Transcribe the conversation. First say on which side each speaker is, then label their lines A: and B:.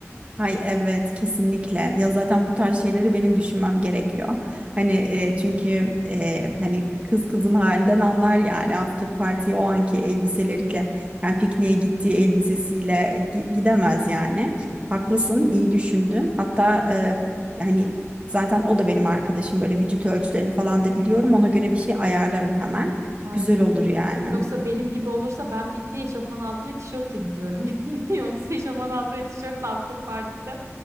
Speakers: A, on the right; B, on the right.
A: Ay evet kesinlikle. Ya zaten bu tarz şeyleri benim düşünmem gerekiyor. Hani e, çünkü e, hani kız kızın halinden anlar yani after party o anki elbiseleriyle yani pikniğe gittiği elbisesiyle gi- gidemez yani. Haklısın,
B: Ha,
A: iyi düşündün. Hatta e, yani zaten o da benim arkadaşım böyle vücut ölçülerini falan da biliyorum. Ona göre bir şey ayarlarım hemen.
B: Aynen.
A: Güzel
B: öyle.
A: olur yani.
B: Yoksa benim gibi olursa ben pikniğe eşofman altı ve tişörtle gidiyorum <laughs> yani. Yoksa eşofman altı ve tişörtle after party'de